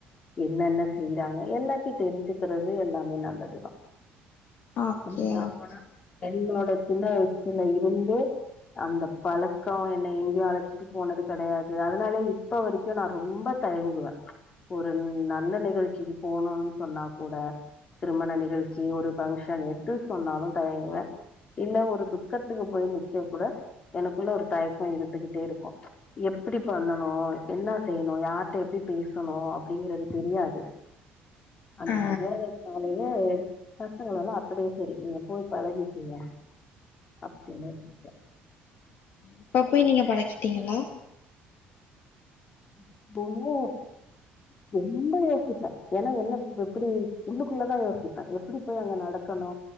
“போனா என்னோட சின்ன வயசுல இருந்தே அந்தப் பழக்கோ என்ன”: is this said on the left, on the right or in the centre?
Left